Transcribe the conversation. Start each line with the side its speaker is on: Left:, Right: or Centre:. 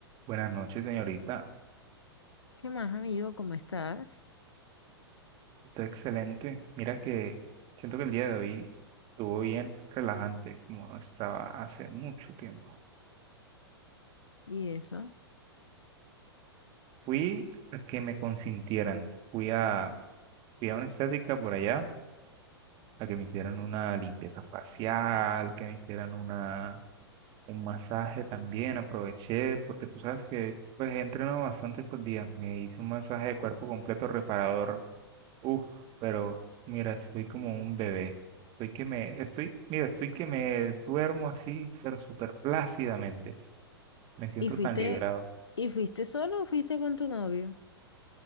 Right: Buenas noches, señorita.
Left: ¿Qué más, amigo? ¿Cómo estás?
Right: Está excelente. Mira que siento que el día de hoy estuvo bien relajante, como no estaba hace mucho tiempo.
Left: Y eso.
Right: Fui a que me consintieran. Fui a, fui a una estética por allá, a que me hicieran una limpieza facial, que me hicieran una, un masaje también. Aproveché, porque tú sabes que pues he entrenado bastante estos días. Me hice un masaje de cuerpo completo reparador Uf, pero mira, estoy como un bebé. Estoy que me, estoy, mira, estoy que me duermo así, pero súper plácidamente. Me siento
Left: ¿Y fuiste,
Right: tan liberado.
Left: y fuiste solo o fuiste con tu novio?